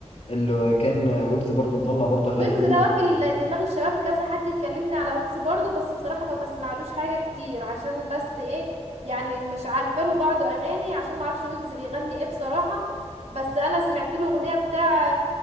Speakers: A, on the left; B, on the right.
A: اللي كان آه، ويجز برضو مطلع برضو اغاني
B: ويجز
A: جديدة
B: ده واكل دماغ الشباب كذا حد يكلمني على ويجز برضو بس بصراحة ما بسمعلوش حاجة كتير عشان بس ايه يعني مش عارفة له بعض اغاني عشان ما اعرفش ويجز بيغني ايه بصراحة بس انا سمعت له اغنية بتاع